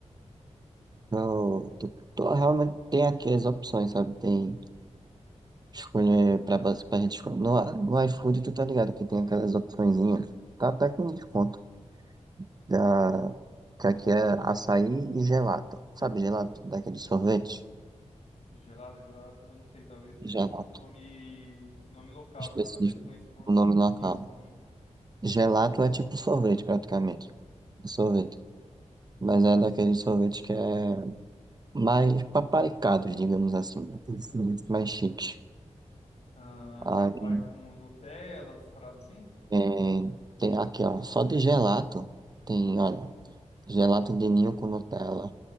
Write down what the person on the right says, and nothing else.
Eu tô, tô- realmente tem aqui as opções, sabe? Tem escolher pra, base- pra gente escolher. No, no iFood, tu tá ligado que tem aquelas opçõezinhas. Tá até com desconto. Da, que aqui é açaí e gelato. Sabe, gelato? Daquele sorvete?
Gelato,
específico.
O nome
na cara.
Gelato é tipo sorvete, praticamente. É Sorvete. Mas é daquele sorvete que é. mais paparicados, digamos assim, né? Aqueles produtos mais chiques.
Aí
é, tem aqui, ó, só de gelato, tem, olha, gelato de ninho com Nutella,